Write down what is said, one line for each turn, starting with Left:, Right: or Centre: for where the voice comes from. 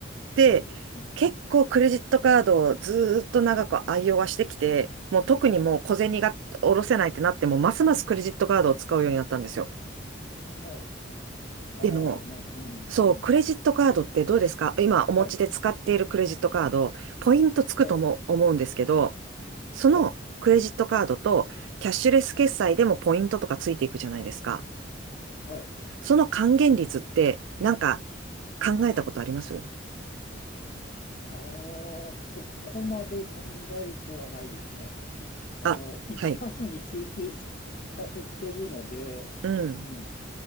Right: で、
Left: なるほど。うん、
Right: 結構クレジットカードをずーっと長く愛用はしてきて、もう特にもう小銭が下ろせないってなっても、ますますクレジットカードを使うようになったんですよ。
Left: はい。あ
Right: でも、
Left: あ、なるほど。うん、
Right: そう、
Left: うん。
Right: クレジットカードってどうですか今お持ちで使っているクレジットカード、
Left: はい。
Right: ポイントつくとも思うんですけど、
Left: はい。
Right: そのクレジットカードとキャッシュレス決済でもポイントとかついていくじゃないですか。
Left: はい。はい。はい。
Right: その還元率ってなんか考えたことあります
Left: ああ、そこまで考えてはないですね。あの、
Right: あ、
Left: 一箇所に集中しさせてるので、
Right: はい。うん。
Left: うん。